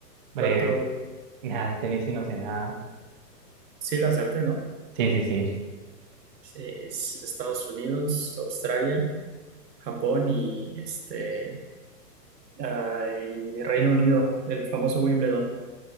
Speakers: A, on the right; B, on the right.
A: breve.
B: Cuatro.
A: Nada, de tenis sí no sé nada.
B: Sí, la acerté, ¿no?
A: Sí, sí, sí.
B: Sí, es Estados Unidos, Australia, Japón y este. ah, y Reino Unido, el famoso Wimbledon.